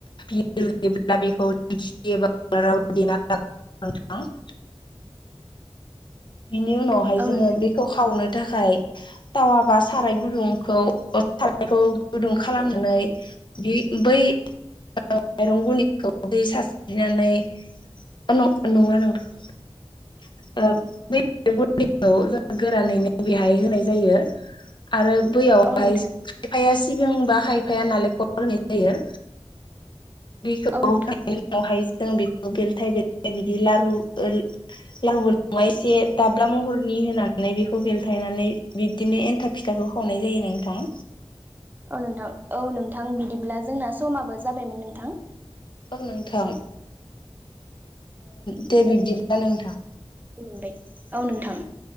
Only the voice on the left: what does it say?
बि <unintelligible> ब्ला बेखौ <unintelligible> बिनि उनावहाय जोङो
बे खौ हावनो थाखाय टावा बा साराय गुदुंखौ सारायखौ गुदुं खालामनानै बे बै माइरं गुनदैनिखौ दै सारस्रिनानै न नङा नोंथां ओ दैजों <unintelligible> खौ गोरानैनो बेहाय होनाय जायो। आरो बैयावहाय
खायफाया सिबिं बा खायफाया नालेंखर होनाय जायो। दैखौ
होनायनि
उनावहाय जों बेखौ बेलथाय बेलथाय बिदि लारु ओ लाव <unintelligible> दाब्ला महरनि होनानै बेखौ बेलथायनानै बिबदिनो एन्थाब फिथाखौ खावनाय जायो नोंथां।
औ नोंथां दे बिब्दिब्ला नोंथां।